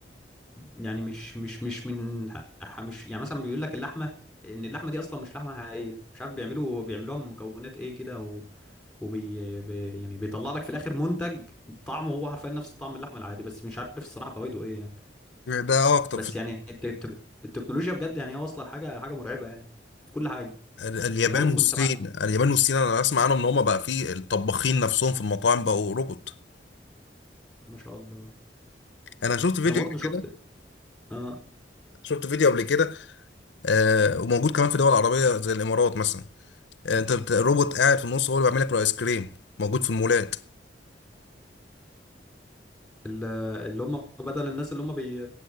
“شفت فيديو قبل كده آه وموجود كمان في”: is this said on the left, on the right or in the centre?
Left